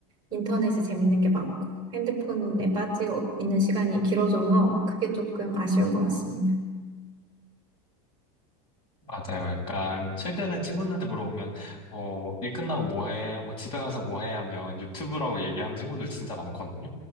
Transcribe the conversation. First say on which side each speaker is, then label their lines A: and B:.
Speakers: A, on the right (about 20°); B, on the left (about 25°).
A: 인터넷에 재밌는 게 많고 핸드폰에 빠지고 있는 시간이 길어져서 그게 조금 아쉬운 것 같습니다.
B: 맞아요. 약간 최근에 친구들한테 물어보면 어, 일 끝나고 뭐 해? 뭐 집에 가서 뭐 해? 하면 유튜브라고 얘기하는 친구들 진짜 많거든요.